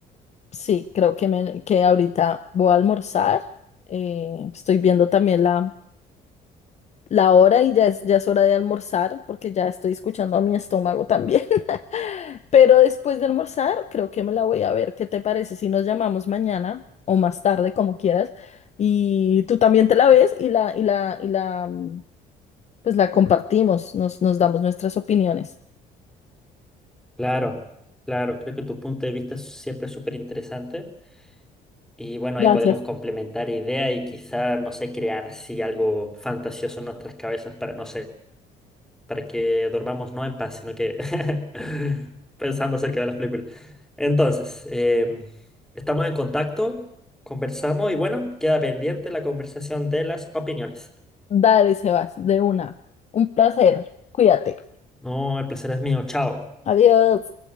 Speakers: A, on the left (about 40°); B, in the centre.
A: Sí, creo que, me, que ahorita voy a almorzar. eh, estoy viendo también la... la hora y ya es, ya es hora de almorzar porque ya estoy escuchando a mi estómago también. <laughs> Pero después de almorzar, creo que me la voy a ver. ¿Qué te parece si nos llamamos mañana o más tarde, como quieras? Y tú también te la ves y la, y la, y la, mm, pues la compartimos, nos, nos damos nuestras opiniones.
B: Claro, claro, creo que tu punto de vista es siempre súper interesante. Y bueno,
A: Gracias.
B: ahí podemos complementar ideas y quizá, no sé, crear así algo fantasioso en nuestras cabezas para, no sé, para que dormamos no en paz, sino que <laughs> pensando acerca de las películas. Entonces, em, estamos en contacto, conversamos y bueno, queda pendiente la conversación de las opiniones.
A: Dale, Sebas, de una. Un placer. Cuídate.
B: No, el placer es mío, chao.
A: Adiós.